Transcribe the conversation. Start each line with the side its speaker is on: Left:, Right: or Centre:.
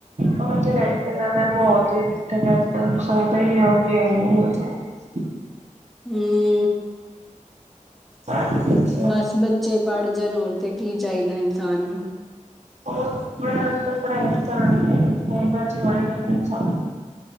Right: ਉਹ ਤੇ ਹੈ ਹੀ ਹ ਨਾਲੇ ਮਾਹੌਲ ਦੀ ਦਿੱਕਤ ਹੈ ਇਸ ਟਾਈਮ, ਸੰਗਤ ਹੀ ਐਵੇਂ ਦੀ ਮੰਗਿਆਈ ਬਹੁਤ ਹ
Centre: ਹਮ।
Right: ਸਾਰੇ ਬੱਚੇ
Centre: ਬਸ ਬੱਚੇ ਪੜ ਜਾਣ ਹੋਰ ਤੇ ਕੀ ਚਾਹੀਦਾ ਇਨਸਾਨ ਨੂੰ।
Right: <unintelligible> ਹੋਰ